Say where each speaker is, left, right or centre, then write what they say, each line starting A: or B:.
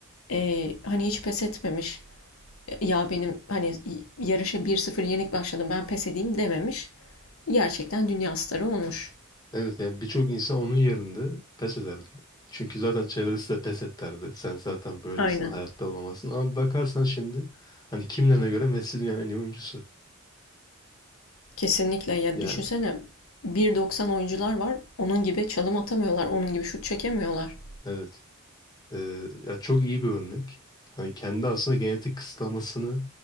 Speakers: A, on the left (about 75°); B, on the left (about 20°).
A: Eee, hani hiç pes etmemiş. Ya benim hani yarışa bir sıfır yenik başladım ben pes edeyim dememiş. Gerçekten dünya starı olmuş.
B: Evet yani birçok insan onun yerinde pes ederdi. Çünkü zaten çevresi de pes et derdi. Sen zaten böylesin,
A: Aynen.
B: hayatta olamazsın. Ama bakarsan şimdi hani kimlerine göre Messi dünyanın en iyi oyuncusu.
A: Kesinlikle ya
B: Yani
A: düşünsene bir doksan oyuncular var. Onun gibi çalım atamıyorlar. Onun gibi şut çekemiyorlar.
B: evet. Ee, ya çok iyi bir örnek. Hani kendi aslında genetik kısıtlamasını